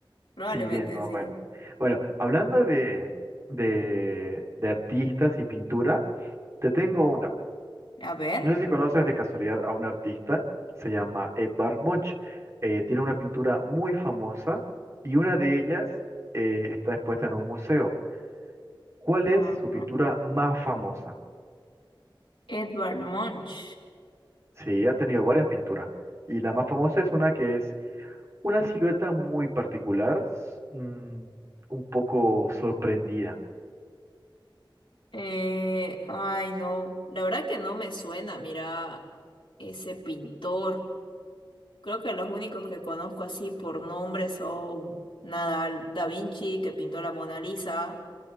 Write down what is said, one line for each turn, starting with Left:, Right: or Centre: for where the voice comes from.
Left: Probablemente
Right: Sí, bien, no,
Left: sí.
Right: bueno. Bueno, hablando de, de, de artistas y pintura, te tengo una.
Left: A ver.
Right: No sé si conoces de casualidad a un artista, se llama Edvard Munch. Eh, tiene una pintura muy famosa y una de ellas eh, está expuesta en un museo. ¿Cuál
Left: Ajá.
Right: es su pintura más famosa?
Left: Edvard Munch.
Right: Sí, ha tenido varias pinturas. Y la más famosa es una que es una silueta muy particular, s- mm, un poco sorprendida,
Left: Eh, ay, no. La verdad que no me suena, mira, ese pintor. Creo que los únicos que conozco así por nombre son Nadal, Da Vinci, que pintó la Mona Lisa,